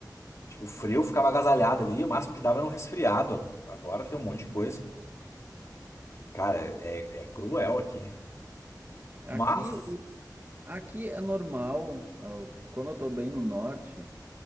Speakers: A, on the left; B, on the right.
A: Tipo, frio eu ficava agasalhado ali, o máximo que dava era um resfriado. Agora tem um monte de coisa. Cara, é, é cruel aqui.
B: Aqui,
A: Mas,
B: o, aqui é normal, ah, como eu tô bem no norte.